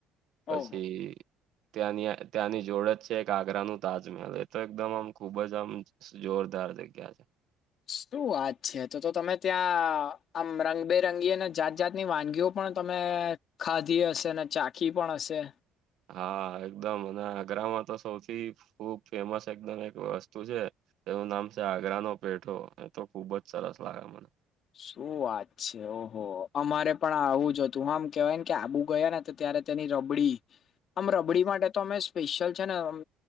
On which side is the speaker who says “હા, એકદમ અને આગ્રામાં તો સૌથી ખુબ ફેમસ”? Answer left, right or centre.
Right